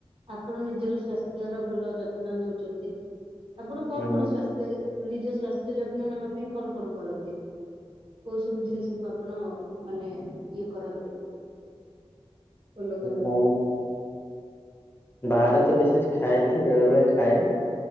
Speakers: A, on the right; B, on the left.
A: ଆପଣ ନିଜର ସ୍ଵାସ୍ଥ୍ୟର ଭଲ ଯତ୍ନ ନୋଉଚନ୍ତି। ଆପଣ କଣ
B: ହୁଁ
A: କଣ ସ୍ଵାସ୍ଥ୍ୟ ନିଜ ସ୍ଵାସ୍ଥ୍ୟ ଯତ୍ନ ନବା ପାଇଁ କଣ କଣ କରନ୍ତି? କୋଉ ସବୁ ଜିନିଷକୁ ଆପଣ ମାନେ ଇଏ କରନ୍ତି? ଫୋଲୋ କରନ୍।
B: ମୁଁ ବାହାରେ ତ ବେଶୀଜ୍ ଖାଏନି ବେଳେ ବେଳେ ଖାଏ